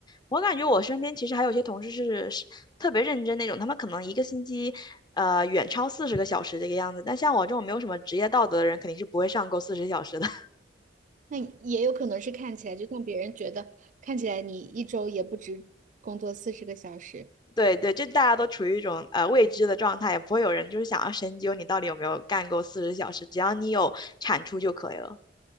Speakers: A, on the left; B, on the right.
A: 我感觉我身边其实还有些同事是是特别认真那种，他们可能一个星期，呃，远超四十个小时这个样子。但像我这种没有什么职业道德的人，肯定是不会上够四十小时的。<laughs>
B: 那也有可能是看起来，就像别人觉得看起来你一周也不止工作四十个小时，
A: 对对，这大家都处于一种呃未知的状态，也不会有人就是想要深究你到底有没有干够四十小时，只要你有产出就可以了。